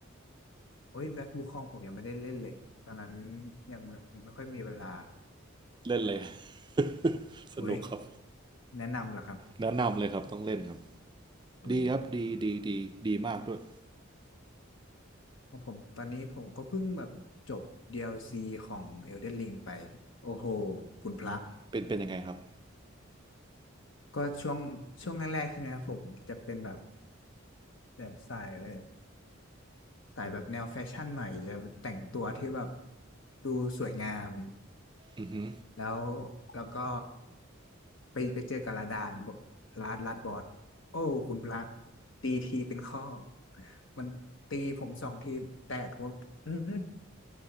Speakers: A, on the left; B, on the right.
A: โอ้ยแบ็คบูคองผมยังไม่ได้เล่นเลย ตอนนั้นยังไม่ยังไม่ค่อยมีเวลา
B: เล่นเลย <laughs>
A: โอ้ย
B: สนุกครับ
A: แนะนำล่ะครับ
B: แนะนำเลยครับต้องเล่นครับ
A: โอ้ย
B: ดีครับดีดีดีดีมากด้วย
A: ของผมตอนนี้ผมก็เพิ่งแบบจบ DLC ของ Elden Ring ไป โอ้โห คุณพระ
B: เป็นเป็นยังไงครับ
A: ก็ช่วงช่วงแรกๆใช่ไหมครับผมจะเป็นแบบ แบบสายเลยสายแบบแนวแฟชั่นหน่อยจะแต่งตัวที่แบบดูสวยงาม
B: อือฮึ
A: แล้วแล้วก็ไปไปเจอกับลาดานบอกลาดลาดบอสโอ้คุณพระตีทีเป็นข้อมันตีผมสองทีแตกว่าอืม